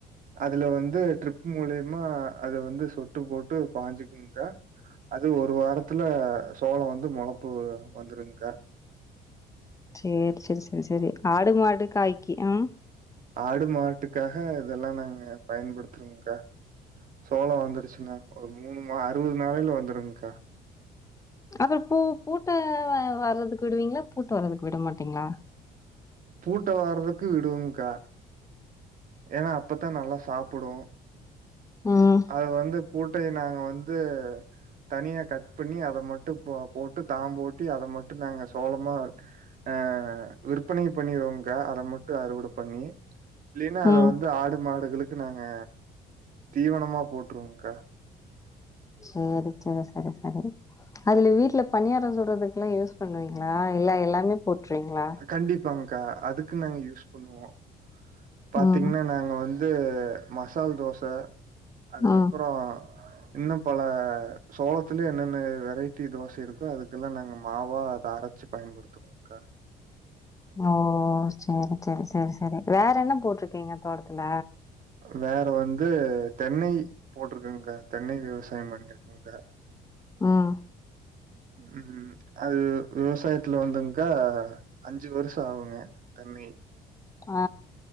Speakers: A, on the right (about 55°); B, on the left (about 20°).
A: அதுல வந்து ட்ரிப் முலியமா அது வந்து சொட்டு போட்டு பாஞ்சுக்குங்க்கா அது ஒரு வாரத்துல சோள வந்து முளப்பு வந்துருங்க்கா
B: சேரி சேரி சேரி சரி ஆடு மாடு காய்க்கு ஆ
A: ஆடு மாட்டுக்காக இதெல்லா நாங்க பயன்படுத்துறோங்க்கா சோள வந்துருச்சுனா ஒரு மூணு மா அறுவது நாளில வந்துடுங்கா
B: அப்றோ பூ பூட்ட வ வர்றதுக்கு விடுவீங்களா பூட்டு வர்றதுக்கு விடமாட்டீங்களா
A: பூட்ட வர்றதுக்கு விடுவங்க்கா ஏன்னா அப்பத்தா நல்லா சாப்புடு
B: ம்
A: அத வந்து பூட்டைய நாங்க வந்து தனியா கட் பண்ணி அத மட் டு போ போட்டு தாம் போட்டி அத மட்டு நாங்க சோளமா அ விற்பனை பண்ணிடுவங்கா அத மட்டு அறுவடை பண்ணி இல்லினா அத
B: ம்.
A: வந்து ஆடு மாடுகளுக்கு நாங்க தீவனமா போட்ருவோங்கா
B: சேரி சரி சரி சரி அதுல வீட்ல பணியார சுடுறதுக்குலா யூஸ் பண்ணுவீங்களா இல்ல எல்லாமே போற்றுவீங்களா
A: கண்டிப்பாங்கா அதுக்கு நாங்க யூஸ் பண்ணுவோ
B: ம்,
A: பாத்தீங்கன்னா நாங்க வந் து மசால் தோச அதுக்கப்பறோ
B: ம்.
A: இன்னு பல சோளத்துலய என்னென்ன வெரைட்டி தோச இருக்கோ அதுக்கெல்லா நாங்க மாவா அத அர ச்சு பயன்படுத்துவோங்க்கா
B: ஓ செரி செரி செரி செரி வேற என்ன போட்ருக்கீங்க தோட்டத்துல
A: வேற வந்து தென்னை போட்ருக்காங்க்கா தென்னை விவசாய பண்ணிருக்காங்க்கா
B: ம்
A: ம் அது விவ விவசாயத்துல வந்துங் க்கா அஞ்சு வருஷோ ஆகுங்க தென்னை
B: ஆ